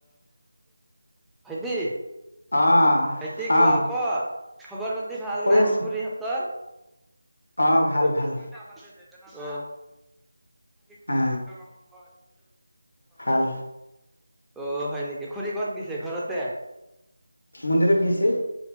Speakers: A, in the centre; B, on the left.
A: ভাইটি
B: অ
A: ভাইটি ক
B: অ
A: ক খবৰ পাতি ভাল
B: কৈ
A: না
B: আছো
A: খুৰীহঁতৰ? <inaudible>
B: অ
A: <unintelligible>
B: ভাল ভাল
A: <unintelligible>
B: অ ভাল
A: অ হয় নেকি। খড়ী ক'ত গিছে ঘৰতে?
B: মন্দিৰত গৈছে।